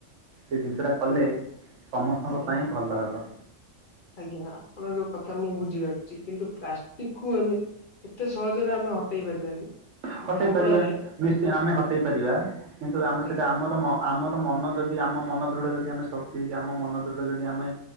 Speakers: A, on the right; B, on the left.
A: ସେ ଜିନିଷ ଟା କଲେ
B: ଆମ
A: ସମସ୍ତଙ୍କ
B: ଆଜ୍ଞା
A: ପାଇଁ ଭଲ ହେବ
B: ଆଜ୍ଞା ଆପଣଙ୍କ କଥା ମୁଁ ବୁଝିପାରୁଛି କିନ୍ତୁ ପ୍ଲାଷ୍ଟିକ କୁମ ଏତେ ସହଜରେ ଆମେ ହଟେଇ ପାରିବାନି
A: ହଟେଇ
B: ଯାହା
A: ପାରିବା
B: ଫଳରେ
A: ନିଶ୍ଚିତ ଆମେ ହଟେଇ ପାରିବା। କିନ୍ତୁ ଆମେ
B: ଆଜ୍ଞା
A: ସେଟା ଆମର ମ ଆମର ମନ ଯଦି ଆମ ମନ ଦୃଢ ଯଦି ଆମେ ଶକ୍ତି ହେଇକି ଆମ ମନ ଦୃଢ ଯଦି ଆମେ